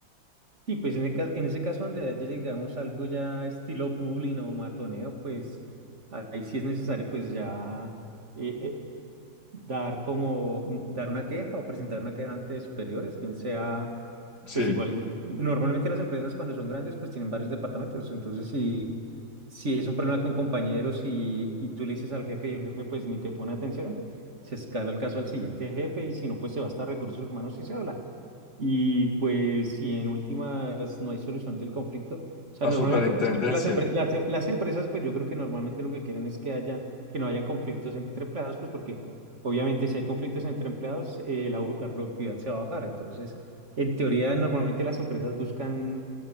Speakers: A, on the right (about 35°); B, on the left (about 55°).
A: Sí, pues en, el ca- en ese caso, en realidad, ya llegamos a algo ya estilo bullying o matoneo, pues ahí sí es necesario, pues ya eh, eh, dar como dar una queja o presentar una queja ante superiores, bien sea,
B: Sí,
A: pues igual, normalmente las empresas cuando son grandes pues tienen varios departamentos, entonces si, si es un problema con compañeros y, y tú le dices al jefe y el jefe pues ni te pone atención, se escala el caso al siguiente jefe y si no pues se va hasta recursos humanos y se habla. Y pues si en últimas no hay solución del conflicto, o sea,
B: a
A: normalmente
B: superintendencia.
A: pues, las, empre- las, las empresas pues yo creo que normalmente lo que quieren es que haya, que no hayan conflictos entre empleados pues porque Obviamente, si hay conflictos entre empleados, eh, la, la productividad se va a bajar. Entonces, en teoría, normalmente las empresas buscan